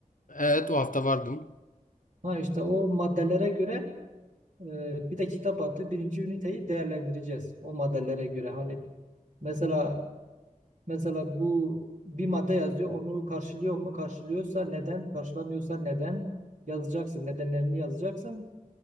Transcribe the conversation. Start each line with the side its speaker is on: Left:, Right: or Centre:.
Left: Evet o hafta vardım.
Right: Ha işte o maddelere göre e, bir de kitap attı birinci üniteyi değerlendireceğiz o maddelere göre hani mesela mesela bu bir madde yazıyor onu karşılıyor mu karşılıyorsa neden karşılamıyorsa neden yazacaksın nedenlerini yazacaksın